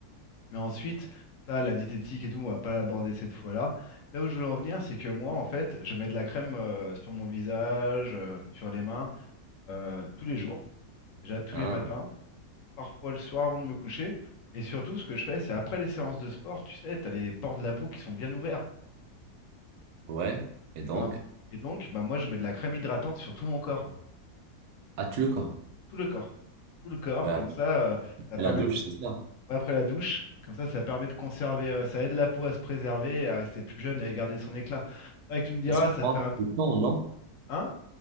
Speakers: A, on the left; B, on the right.
A: Mais ensuite, ça, la diététique et tout, on va pas l'aborder cette fois-là. Là où je voulais en venir, c'est que moi, en fait, je mets de la crème euh, sur mon visage, euh, sur les mains, euh, tous les jours. Déjà tous
B: Ah
A: les matins, parfois le soir avant de me coucher. Et surtout, ce que je fais, c'est après les séances de sport, tu sais, t'as les pores de la peau qui sont bien ouverts.
B: ouais, et donc
A: Et ben, et donc, ben moi, je mets de la crème hydratante sur tout mon corps,
B: ah tu le corps.
A: tout le corps, tout le corps.
B: Ouais,
A: Comme
B: après
A: ça, euh, ça
B: la
A: permet
B: douche,
A: de-
B: c'est ça.
A: après la douche, comme ça, ça permet de conserver, euh, ça aide la peau à se préserver, à rester plus jeune et à garder son éclat. C'est vrai que tu me diras,
B: Et ça te
A: ça
B: prend
A: fait un,
B: du temps, non?
A: hein?